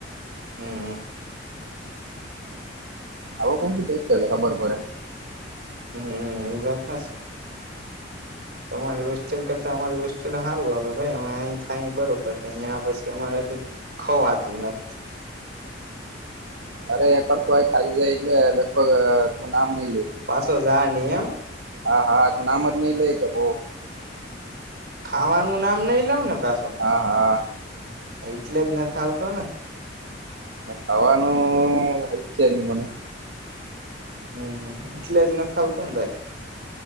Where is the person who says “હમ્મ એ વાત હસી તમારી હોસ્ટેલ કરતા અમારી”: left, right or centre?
Right